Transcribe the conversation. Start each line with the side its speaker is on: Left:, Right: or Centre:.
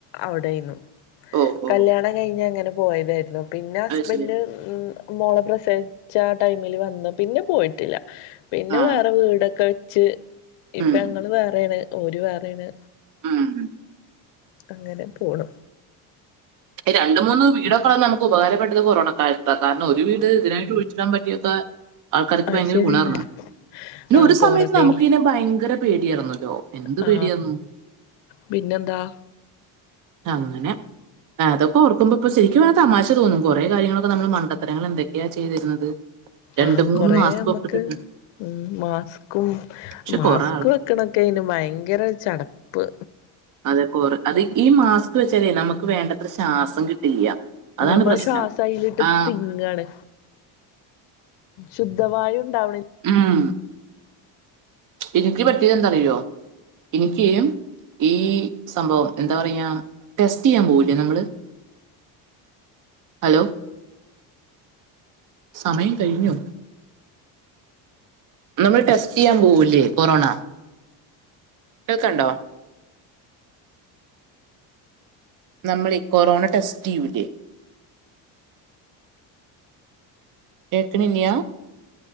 Left: അവിടെയിരുന്നു
Right: ഓ ഓ
Left: കല്യാണം കഴിഞ്ഞഞ് അങ്ങനെ പോയതായിരുന്നു പിന്നെ ഹസ്ബന്ഡ്
Right: അത് ശരി
Left: ഉം മോള പ്രസേവിച്ച ടൈമിൽ വന്ന പിന്നെ പോയി പ പിന്നെ
Right: ആ
Left: വേറെ വീടൊക്കെ വെച്ച് ഇപ്പ
Right: ഉം.
Left: അങ്ങൾ വേറെയാണ് ഒരു വേറാണ്
Right: ഉം
Left: അങ്ങനെ പോണു
Right: രണ്ട് മൂന്ന് വീടൊക്കൊണ് നമക്ക് ഉപകാരപ്പെട്ടത് കൊറോണക്കാലത്ത് കാരണം ഒരു വീട് ഇതിനായിട്ട് വിളിച്ചിടാൻ പറ്റിയൊക്കെ ആൾക്കാർക്ക്
Left: അത്
Right: ഭയങ്കര
Left: ശരിയാണ്
Right: ഗുണണ് പിന്നെ
Left: ആ
Right: ഒരു സമയത്ത്
Left: ക്വാറന്റൈൻ
Right: നമുക്ക് ഇനെ ഭയങ്കര പേടിയായിന്നല്ലോ എന്ത്
Left: ആ
Right: പേടിയായിന്ന
Left: പിന്നെന്താ
Right: അങ്ങനെ അതൊക്കെർക്കുമ്പോ ഇപ്പൊ ശരിക്കുതമാശ തോന്നും കുറേ കാര്യങ്ങളൊക്കെ നമ്മള് മണ്ടത്തരങ്ങൾ എന്തൊക്കെയാ ചെയ്തിരുന്നത് രണ്ട്
Left: ആഹ
Right: മൂന്ന്
Left: കൊറ
Right: മാസ്ക്
Left: നമ്മക്ക്
Right: ഒക്കെ ഇട്ടിട്ട്
Left: ഉം മാസ്ക്കും
Right: പക്ഷെ
Left: മാസ്ക്
Right: കുറെ ആള്
Left: വെക്കണൊക്കെ അയിന് ഭയങ്കര ചടപ്പ്
Right: അതെ കുറ അത് ഈ മാസ്ക് വെച്ചാലേ നമുക്ക് വേണ്ടത്ര ശ്വാസം കിട്ടില്ല അതാണ്
Left: ഞമ്മൾ
Right: പ്രശ്നം
Left: ശ്വാസ അയിലിട്ട്
Right: ആ
Left: തിങ്ങാണ് ശുദ്ധവായ ഉണ്ടാവണ
Right: ആഹ എനിക്ക് പറ്റിയത് എന്താ അറിയോ എനിക്ക് ഈ സംഭവം എന്താ പറയാ ടെസ്റ്റ് ചെയ്യാൻ പോവില്ലേ നമ്മള് ഹലോ സമയം കഴിഞ്ഞു നമ്മള് ടെസ്റ്റ് ചെയ്യാൻ പോകൂല്ലേ കൊറോണ കേൾക്കണ്ടോ നമ്മൾ ഈ കൊറോണ ടെസ്റ്റ് ചെയ്യുലേ കേക്കണില്ലാ